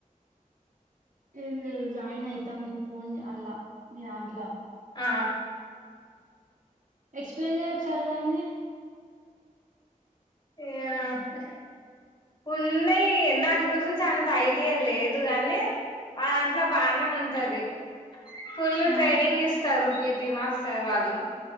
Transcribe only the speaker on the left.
ఆ
యా ఎహ్ ఉన్నయ్ దాని గురించి అంత ఐడియా లేదు గానీ మా దాంట్ల బానే ఉంటది ఫుళ్లు
ట్రైనింగ్ ఇస్తరు పి టి మాస్టర్ వాళ్ళు